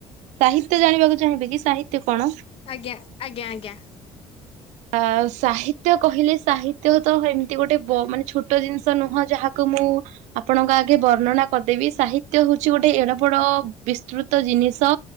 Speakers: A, on the right (about 80°); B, on the left (about 55°).
A: ସାହିତ୍ୟ ଜାଣିବାକୁ ଚାହିଁବେ କି ସାହିତ୍ୟ କଣ?
B: ଆଜ୍ଞା ଆଜ୍ଞା ଆଜ୍ଞା।
A: ଆ ସାହିତ୍ୟ କହିଲେ ସାହିତ୍ୟ ତ ଏମି ତି ଗୋଟେ ବ ମାନେ ଛୋଟ ଜିନିଷ ନୁହଁ ଯାହାକୁ ମୁଁ ଆପଣଙ୍କ ଆଗେ ବର୍ଣ୍ଣନା କରିଦେବି ସାହିତ୍ୟ ହଉଛି ଗୋଟେ ଏଡ ବଡ ବିସ୍ତୃତ ଜିନିଷ।